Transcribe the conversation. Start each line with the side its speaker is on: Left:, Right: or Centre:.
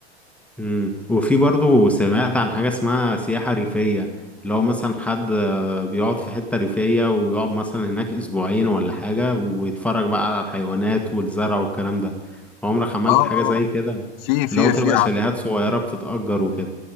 Centre: مم. وفي برضو سمعت عن حاجة اسمها سياحة ريفية لو مثلا حد بيقعد في حتة ريفية ويقعد مثلا هناك أسبوعين ولا حاجة ويتفرج بقى على الحيوانات والزرع والكلام ده عمرك عملت
Left: اه
Centre: حاجة
Left: اه
Centre: زي
Left: آه.
Centre: كده
Left: في
Centre: اللي
Left: في
Centre: هو بتبقى
Left: في
Centre: شاليهات صغيرة بتتأجر وكده